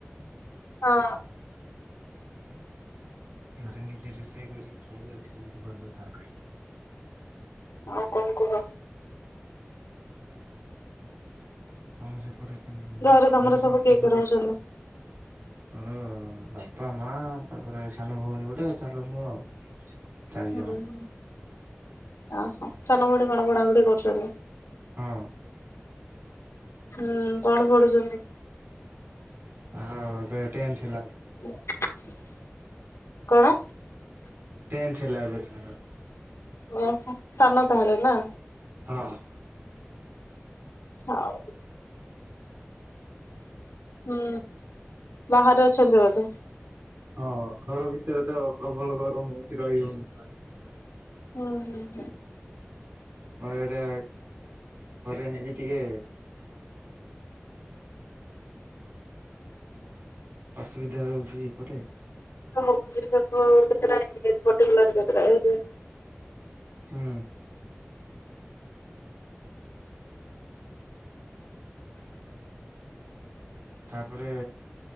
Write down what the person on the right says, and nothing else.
ଘରେ ନିଜେ ରୋଷେଇ କରିକି ଖାଇଲେ ଦେହକୁ ଭଲ ତା ପାଇଁ।
କଣ ସେପଟେ? କେମିତି
ସମସ୍ତେ
ଭଲ
ଅଛନ୍ତି? ମୋର ବାପା ମା ତାପରେ ସାନ ଭଉଣୀ ଗୋଟେ ତାପରେ ମୁଁ ଆଉ। ଚାରି
ଜଣ।
ହଁ।
ତାର ଏବେ ଟେନ୍ ଥିଲା
ଟେନ୍ଥ ହେଲା ଏବେ <inaudible>
ହଁ।
ହଁ ଘର ଭିତରେ ତ ପ୍ରବଳ ଗରମ ହଉଛି ରହି ହଉନି ବା।
<unintelligible> ଘରେ ଏମତି ଟିକେ ଅସୁବିଧା ରହୁଛି ଏଇପଟେ।
ହୁଁ। ତାପରେ